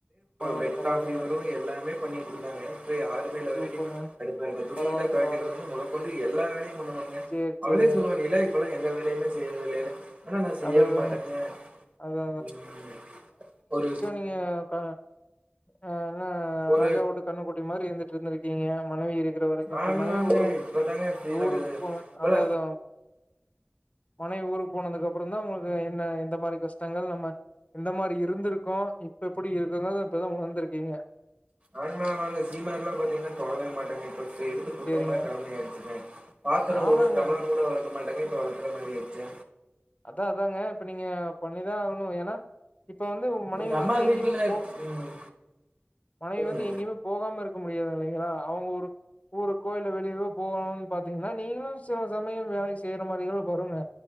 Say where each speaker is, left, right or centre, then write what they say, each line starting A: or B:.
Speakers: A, on the left (about 35°); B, on the right (about 35°).
A: பரவால்ல
B: பெட்
A: பரவால்லைங்க
B: காபி வரு எல்லாமே பண்ணிட்டு இருந்தாங்க இப்ப யாருமே இல்லாத
A: சூப்பருங்க
B: வரைக்கு கடுப்பாருங்குக துணி
A: பரவால்ல
B: யில்லா தொவைகிறதுனா
A: பரவால்லைங்க
B: கொண்டு எல்லா வேலையு பண்ணுவாங்க
A: சேரி
B: அவளே
A: சேரிங்க
B: சொல்லுவாங்க என்ன இப்பெல்லா எந்த வேலையுமே செய்யுறது இல்லைனு ஆனா நா செய்யவே
A: அதா அதாங்க
B: மாட்டேங்க
A: அதா
B: ம் ஒரு
A: ய கா ஆ என்ன
B: ஒரு
A: ராஜா உட்டு கன்னுக்குட்டி மாரி இருந்துட்டு இருந்திருக்கீங்க மனைவி இருக்கற வரைக்கு இப்ப
B: ஆமாங்க
A: மனைவி ஊருக்கு
B: இப்பதாங்க ஃபீல்
A: ஊரு
B: ஆகுது
A: போனது
B: இப்பல
A: அத அத மனைவி ஊரு போனதுக்கு அப்றந்தா உங்களுக்கு என்ன எந்த மாரி கஷ்டங்கள் நம்ம எந்த மாரி இருந்துருக்கோ இப்ப எப்டி இருக்கோ இப்பதா உணந்துருக்கீங்க
B: ஆனா ஆளு சீம எல்லா பாத்தீங்கன்னா தொடவே மாட்டேங்க இப்ப எடுத்து கூட்டுற
A: சேரிங்க
B: மாரி நெலம ஆயிடுச்சுங்க பாத்திர
A: ஆமாங்க
B: ஒரு டம்ளர் கூட வெளக்க மாட்டேங்க இப்ப வெளக்கற மாரி ஆகிடுச்சே
A: அதா அதாங்க இப்ப நீங்க பண்ணிதா ஆகணு ஏன்னா இப்போ வந்து உங்க மனைவி
B: எங்க அம்மா
A: வந்து எங்கேயுமே
B: வீட்டுல
A: போ
B: ம்,
A: மனைவி
B: சொல்லுங்க
A: வந்து எங்கேயுமே போகாம இருக்க முடியாது இல்லங்களா அவங்க ஊரு ஊருக்கோ இல்லே வெளியவோ போகணும்னு பாத்தீங்கன்னா நீங்களு சில சமயம் வேலய செய்யுற மாரி எல்லா வரும்லே